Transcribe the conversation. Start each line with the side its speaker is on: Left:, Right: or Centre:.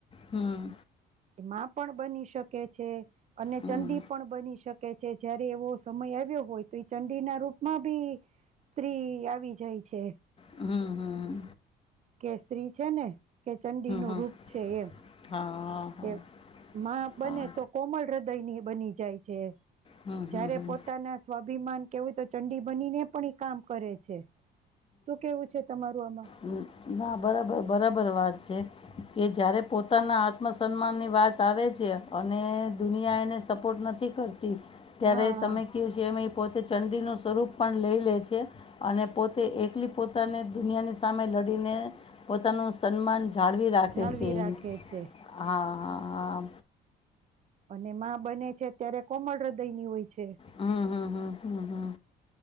Left: હમ
Right: એ માં પણ બની શકે છે. અને
Left: હમ
Right: ચંડી પણ બની શકે. કે છે જયારે એવો સમય આવ્યો હોય તો એ ચંડી ના રૂપમાં બી સ્ત્રી આવી જાય છે.
Left: હમ હમ.
Right: કે સ્ત્રી છે ને કે ચંડીનું
Left: હમ
Right: રૂપ છે એમ.
Left: હા હા હા
Right: કે માં બને
Left: હા
Right: તો કોમલ હૃદયની બની જાય છે.
Left: હમ
Right: જ્યારે
Left: હમ હમ
Right: પોતાના સ્વાભિમાન કેવું તો ચંડી બનીને પણ એ કામ કરે છે. શું કેવું છે તમારું આમાં?
Left: હમ્મ, ના બરાબર-બરાબર વાત છે, કે જ્યારે પોતાના આત્મસન્માનની વાત આવે છે અને દુનિયા એને સપોર્ટ નથી કર ત્યારે
Right: હા
Left: તમે <unintelligible> એમેય પોત તે ચંડીનું સ્વરૂપ પણ લઈ લે છે અને પોતે એકલી પોતાને દુનિયાની સામે લડીને પોતાનું સન્માન જાણવી રાખે
Right: જાળવી
Left: છે ઈ
Right: રાખે છે
Left: હા. હા હા
Right: અને માં બને છે ત્યારે કોમળ હૃદ દૈની હોય છે.
Left: હમ હમ હમ હમ હમ